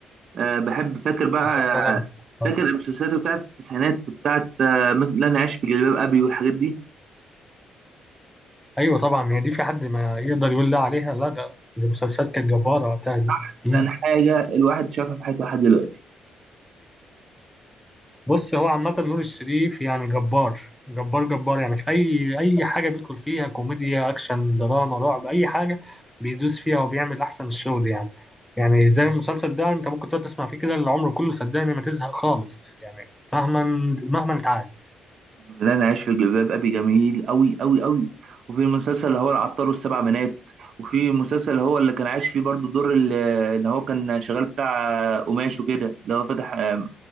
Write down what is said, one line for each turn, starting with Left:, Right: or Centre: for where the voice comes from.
Right: أه بحب فاكر بقى
Centre: مسلسلات آه.
Right: فاكر المسلسلات بتاعت التسعينات بتاعت آه، مثلا لا انا عايش في جلباب ابي والحاجات دي
Centre: ايوه طبعا هي دي في حد ما يقدر يقول لا عليها لا ده دي مسلسلات كانت جباره وقتها دي
Right: احسن
Centre: مم.
Right: حاجه الواحد شافها في حياته لحد دلوقتي
Centre: بص هو عامه نور الشريف يعني جبار جبار جبار يعني في اي اي حاجه بيدخل فيها كوميديا اكشن دراما رعب اي حاجه بيدوس فيها وبيعمل احسن الشغل يعني يعني زي المسلسل ده انت ممكن تقعد تسمع فيه كده العمر كله صدقني ما تزهق خالص يعني مهما مهما اتعاد
Right: لا انا عايش في جلباب ابي جميل قوي قوي قوي وفي المسلسل اللي هو العطار والسبع بنات وفي المسلسل اللي هو اللي كان عايش فيه برضو دور ال- اللي هو كان شغال بتاع آه، قماش وكده اللي هو فتح آه،